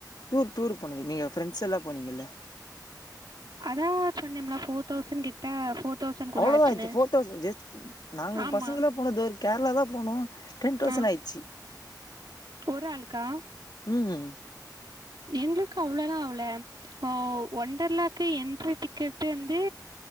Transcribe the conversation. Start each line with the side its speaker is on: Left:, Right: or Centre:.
Left: டூர் டூர் போனது நீங்க ஃப்ரெண்ட்ஸெல்லா போனீங்கல்ல
Right: அதா சொன்னேம்ல ஃபோர் தௌசண்ட் கிட்ட ஃபோர் தௌசண்ட் குள்ள
Left: அவ்ளோதா
Right: ஆச்சுன்னு
Left: ஆச்சா ஃபோர் தௌசண்ட் ஜெஸ்ட் நாங்க
Right: ஆமா
Left: பசங்கெல்லா போனது ஒரு கேரளா தா போனோ டென் தௌசண்ட்
Right: ஆ
Left: ஆய்டுச்சு
Right: ஒரு ஆளுக்கா
Left: ம்
Right: எங்களுக்கு அவ்ளோல்லா அவுல ஒ ஒண்டர்லாவுக்கு என்ட்ரி டிக்கெட்டு வந்து